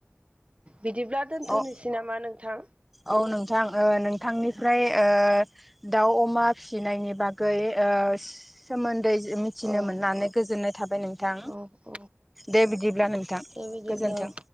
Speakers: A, on the right; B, in the centre.
A: बिदिब्ला दोनथ'नोसै
B: औ
A: नामा नोंथां।
B: औ नोंथां नोंथांनिफ्राय
A: औ
B: ओ दाउ अमा फिसिनायनि बागै सोमोन्दै मिथिनो
A: औ
B: मोननानै
A: औ
B: गोजोननाय थाबाय नोंथां
A: औ औ
B: दे बिदिब्ला नोंथां
A: दे बिदिब्ला
B: गोजोन्थों।
A: औ